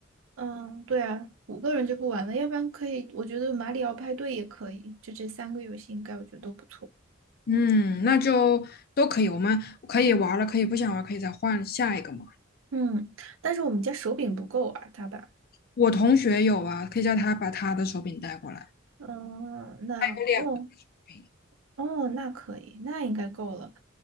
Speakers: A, on the right (about 80°); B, on the left (about 50°).
A: 嗯，对啊，五个人就不玩了，要不然可以，我觉得马里奥派对也可以，就这三个游戏应该我觉得都不错。
B: 嗯，那就都可以，我们可以玩儿了，可以不想玩儿可以再换下一个嘛。
A: 嗯，但是我们家手柄不够啊，大吧？
B: 我同学有啊，可以叫他把他的手柄带过来，
A: 嗯，那哦
B: 有两个柄，
A: 哦，那可以，那应该够了。